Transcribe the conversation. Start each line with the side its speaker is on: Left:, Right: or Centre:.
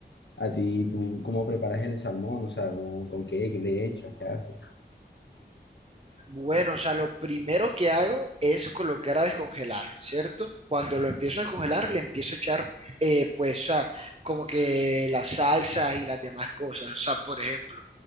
Left: A ti, ¿tú cómo preparas el salmón? O sea, ¿cómo- con qué, qué le echas, qué haces?
Right: Bueno, o sea, lo primero que hago es colocar a descongelar, ¿cierto? Cuando lo empiezo a descongelar, le empiezo a echar, eh, pues, o sea, como que las salsas y las demás cosas. O sea, por ejemplo,